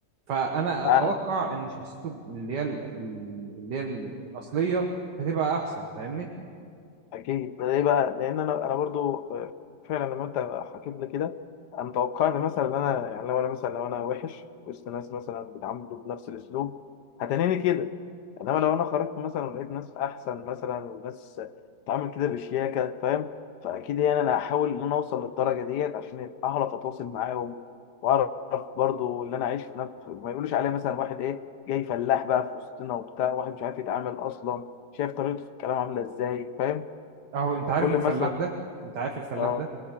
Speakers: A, on the right; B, on the left.
A: فأنا أتوقع
B: أنا
A: إن شخصيته اللي هي ال- ال- اللي هي ال- الأصلية هتبقى أحسن فاهمني
B: اكيد ده ليه بقى لان انا انا برضو فعلا لما انت حكيت لي كده انا توقعت مثلا ان انا يعني لو انا مثلا لو انا وحش وسط ناس مثلا بيتعاملوا بنفس الاسلوب هتنيني كده انما لو انا خرجت مثلا ولقيت ناس احسن مثلا وناس بتتعامل كده بشياكه فاهم فاكيد يعني انا هحاول ان انا اوصل للدرجه ديت عشان اعرف اتواصل معاهم واعرف برضو اللي انا عايش في نفس ما يقولوش عليه مثلا واحد ايه جاي فلاح بقى في وسطنا وبتاع واحد مش عارف يتعامل اصلا شايف طريقته في الكلام عامله ازاي فاهم
A: أهو أنت
B: فكل
A: عارف الفلاح
B: مثلا
A: ده أنت عارف الفلاح
B: اه
A: ده